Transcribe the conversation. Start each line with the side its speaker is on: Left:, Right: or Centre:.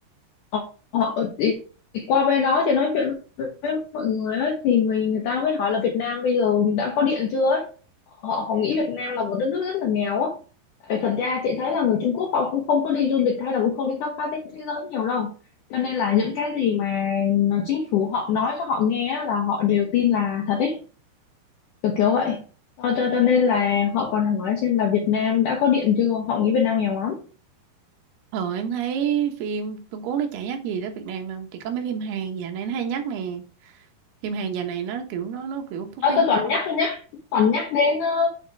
Left: Ờ, ờ, ờ, thì, qua bên đó thì nói chuyện với mọi người ấy, thì người người ta mới hỏi là Việt Nam bây giờ đã có điện chưa ấy. Họ họ nghĩ Việt Nam là một đất nước rất là nghèo á. Tại thật ra chị thấy là người Trung Quốc họ cũng không có đi du lịch hay là cũng không đi khám phá thế, thế giới nhiều đâu. Cho nên là những cái gì mà chính phủ họ nói cho họ nghe á, là họ đều tin là thật ấy, kiểu kiểu vậy. Cho, cho, cho nên là họ còn hỏi xem là Việt Nam đã có điện chưa, họ nghĩ Việt Nam nghèo lắm.
Right: Ờ em thấy phim Trung Quốc nó chả nhắc gì tới Việt Nam mà chỉ có mấy phim Hàn dạo này nó hay nhắc nè phim Hàn dạo này nó kiểu nó nó kiểu quốc
Left: Ờ,
Right: tế
Left: tôi toàn
Right: hóa
Left: nhắc tôi nhắc toàn nhắc đến ờ,